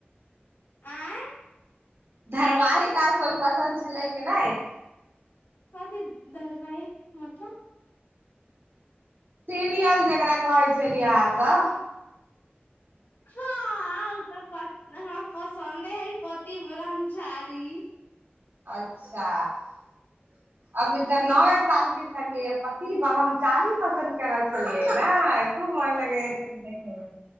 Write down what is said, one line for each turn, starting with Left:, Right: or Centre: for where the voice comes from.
Left: आँ
Right: धरबाहिक आर कोइ पसन्द छलै कि नहि
Left: कथि दरबइ मतलब
Right: सीरियल जकरा कहै छलियै अहाँ सब
Left: हँ ओ तऽ प पसन्दे हइ पति ब्रह्ममचारी
Right: अच्छा अभी तऽ नया साल के छलियै पति ब्रह्मचारी पसन्द कर छलिए ना खूब मन लगै देखय मे